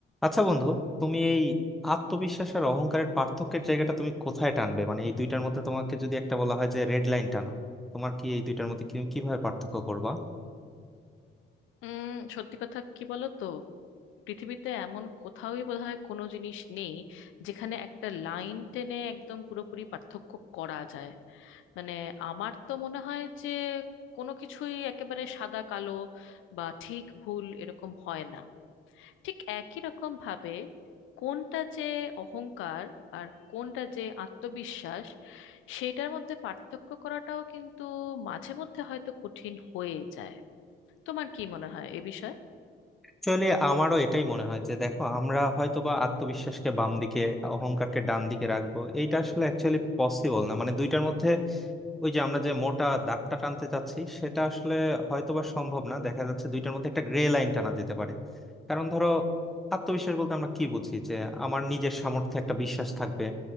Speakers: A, in the centre; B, on the left.
A: আচ্ছা বন্ধু তুমি এই আত্মবিশ্বাস আর অহংকারের পার্থক্যের জায়গাটা তুমি কোথায় টানবে মানে এই দুইটার মধ্যে তোমাকে যদি একটা বলা হয় যে রেড লাইন টানো তোমার কি এই দুইটার মধ্যে কি- কিভাবে পার্থক্য করবা
B: উম সত্যি কথা কি বলো তো পৃথিবীতে এমন কোথাওই বোধহয় কোনো জিনিস নেই যেখানে একটা লাইন টেনে একদম পুরোপুরি পার্থক্য করা যায় মানে আমার তো মনে হয় যে কোনো কিছুই একেবারে সাদা কালো বা ঠিক ভুল এরকম হয় না ঠিক একই রকম ভাবে কোনটা যে অহংকার আর কোনটা যে আত্মবিশ্বাস সেইটার মধ্যে পার্থক্য করাটাও কিন্তু মাঝে মধ্যে হয়তো কঠিন হয়ে যায় তোমার কি মনে হয় এ বিষয়ে
A: অ্যাকচুয়ালি আমারও এটাই মনে হয় যে দেখো আমরা হয়তোবা আত্মবিশ্বাসকে বাম দিকে অহংকারকে ডান দিকে রাখবো এইটা আসলে অ্যাকচুয়ালি পসিবল না মানে দুইটার মধ্যে ওই যে আমরা যে মোটা দাগটা টানতে চাচ্ছি সেটা আসলে হয়তোবা সম্ভব না দেখা যাচ্ছে দুইটার মধ্যে একটা গ্রে লাইন টানা যেতে পারে কারণ ধরো আত্মবিশ্বাস বলতে আমরা কি বুঝি যে আমার নিজের সামর্থ্যে একটা বিশ্বাস থাকবে